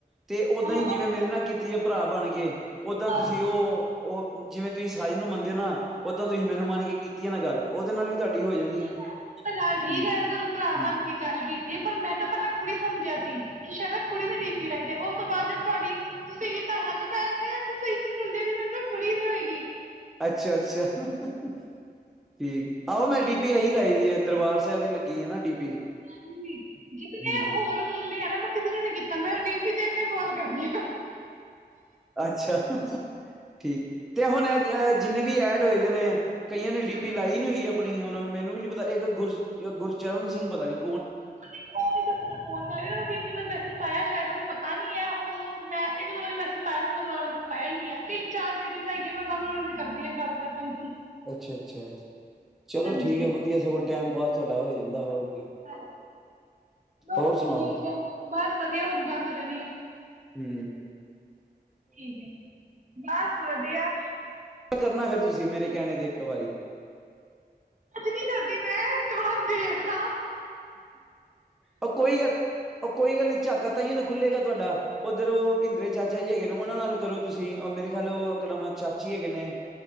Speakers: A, in the centre; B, on the right.
A: ਤੇ ਓਦਾਂ
B: ਹਾਂ
A: ਹੀ ਜਿਵੇਂ ਮੇਰੇ ਨਾਲ ਕੀਤੀ ਤੇ ਔ ਭਰਾ ਬਣ ਗਏ ਉਦਾਂ
B: ਹਾਂ
A: ਤੁਸੀਂ ਉਹ ਉਹ ਜਿਵੇਂ ਤੁਸੀਂ ਰਾਜੇ ਨੂੰ ਮੰਨਦੇ ਔ ਨਾ ਉਦਾਂ ਤੁਸੀਂ ਮੈਨੂੰ ਮੰਨ ਕੇ ਕੀਤੀ ਆ ਨਾ ਗੱਲ ਉਹਦੇ ਨਾਲ ਵੀ ਤੁਹਾਡੀ ਹੋ ਜਾਣੀ ਹੈ
B: ਚਲ ਠੀਕ
A: ਹੂੰ
B: ਹੈ, ਮੈਂ ਤੁਹਾਨੂੰ ਭਰਾ
A: ਹੂੰ
B: ਮੰਨ ਕੇ ਗੱਲ ਕੀਤੀ ਹੈ, ਪਰ ਮੈਂ ਤਾਂ ਪਹਿਲਾਂ ਕੁੜੀ ਸਮਝਿਆ ਸੀ ਕਿ ਸ਼ਾਇਦ ਏ ਕੁੜੀ ਬੈਠੀ ਕਿਤੇ ਰਹਿ ਗਿਆ ਉਹ ਉਸ ਤੋਂ ਬਾਅਦ ਤੁਹਾਡੀ ਤੁਸੀਂ ਵੀ ਤਾਂ ਹੈ, ਮੈਂ ਕਿਹਾ ਤੁਸੀ ਮੁੰਡੇ ਨੀ ਮਤਦਾ ਕੁੜੀ ਵੀ ਹੋਏਗੀ
A: ਅੱਛਾ ਅੱਛਾ ਠੀਕ ਆਓ ਮੈਂ ਡੀਪੀ ਇਹੀ ਲਾਈ ਦੀ ਦਰਬਾਰ ਸਾਹਿਬ ਦੀ ਲੱਗੀ ਐ ਨਾ ਡੀਪੀ
B: ਹਾਂਜੀ ਜਿਤਨੇ
A: ਹਮ ਹਮ
B: ਹੋਰ ਮੁੰਡੇ ਆ ਨਾ ਮੈਂ ਕਿਸੇ ਨੇ ਨੀ ਕੀਤਾ ਮੈਂ ਡੀਪੀ ਦੇਖ ਕੇ ਫੋਨ ਕਰਦੀ ਆ
A: ਅੱਛਾ ਹਾ ਹੂ ਠੀਕ ਤੇ ਐ ਹੁਣ ਜਿੰਨੇ ਵੀ ਐਡ ਹੋਏ ਦੇ ਨੇ ਕਈਆਂ ਨੇ ਡੀਪੀ
B: ਹਾਂਜੀ,
A: ਲਾਈ ਨਹੀਂ ਹੋਈ ਆ ਆਪਣੀ ਹੁਣ ਮੈਨੂੰ ਵੀ ਨਹੀਂ ਪਤਾ ਇੱਕ ਗੁਰ ਗੁਰਚਰਨ ਸਿੰਘ ਪਤਾ ਨਹੀਂ
B: ਉਹ ਵੀ ਤੁਹਾਡੇ ਨਾਲ ਫੋਨ ਲਾ ਕੇ ਉਹ ਨੂੰ ਕਿੰਨੀ ਵਾਰੀ ਮੈਸੇਜ ਪਾਇਆ ਸ਼ਾਇਦ ਉਹ ਨੂੰ ਪਤਾ ਨੀ ਐ ਉਹ ਮੈਂ ਇੱਕ-ਦੋ ਵਾਰੀ ਮੈਸੇਜ ਪਾਇਆ ਫਿਰ ਮੈਂ ਦੁਬਾਰਾ ਮੈਸੇਜ ਪਾਇਆ ਹੀ ਨੂੰ ਏ। ਤਿੰਨ-ਚਾਰ ਲੇਡੀਜ਼ ਹੈਗੀਆਂ ਮੈਂ ਉਨਾ ਵੀ ਕਰਦੀ ਆ ਗੱਲ ਖਤਮ।
A: ਅੱਛਾ-ਅੱਛਾ, ਚਲੋ
B: ਹਾਂਜੀ
A: ਠੀਕ ਏ ਵਧੀਆ ਸਗੋ ਟਾਈਮ ਪਾਸ ਤੁਹਾਡਾ ਹੋ ਜਾਂਦਾ ਹੋਰ ਕੀ
B: ਹਾਂਜੀ, ਬਸ
A: ਹੋਰ ਸੁਣਾਓ
B: ਠੀਕ ਏ ਬਸ ਵਧੀਆ ਹੁਣ ਬੰਦ ਕਰਨੀ ਏ।
A: ਹੂੰ
B: ਠੀਕ ਐ, ਬਸ ਵਧੀਆ।
A: ਕਰਨਾ ਫਿਰ ਤੁਸੀਂ ਮੇਰੇ ਕਹਿਣੇ ਤੇ ਇੱਕ ਵਾਰੀ।
B: ਅੱਜ ਨੀ ਕਰਦੀ ਮੈਂ ਥੋੜਾ ਦੇਖਲਾ
A: ਓ ਕੋਈ ਗੱਲ ਓ ਕੋਈ ਗੱਲ ਨਹੀਂ ਝਾਕਾ ਤਾਹੀਓ ਤੇ ਖੁਲੇਗਾ ਤੁਹਾਡਾ, ਉਧਰ ਉਹ ਭਿੰਦਰ ਚਾਚਾ ਜੀ ਹੈਗੇ ਨੇ ਉਹਨਾਂ ਨਾਲ ਕਰੋ ਤੁਸੀਂ ਮੇਰੇ ਖਿਆਲ ਉਹ ਇੱਕ ਨਵਾਂ ਚਾਚੀ ਹੈਗੇ ਨੇ